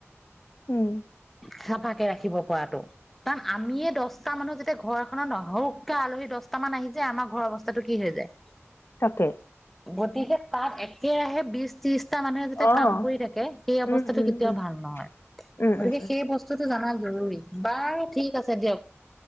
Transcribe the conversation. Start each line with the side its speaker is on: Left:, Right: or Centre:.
Left: উম।
Centre: চাফাকে ৰাখিব পৰাটো কাৰণ আমিয়ে দহটা মানুহ যেতিয়া ঘৰ এখনত নহওক আলহী দহটা মান আহি যায় আমাৰ ঘৰ অৱস্থাটো কি হৈ যায়। <inaudible>
Left: তাকে
Centre: গতিকে তাত একেৰাহে বিশ ত্ৰিশ মানুহে যাতে
Left: অ',
Centre: কাম কৰি থাকে সেই অৱস্থাটো
Left: উম, উম,
Centre: কেতিয়াও
Left: উম,
Centre: ভাল নহয় গতিকে
Left: উম, উম, উম,
Centre: সেই বস্তুতটো জনাৰ জ। বাৰু ঠিক আছে দিয়ক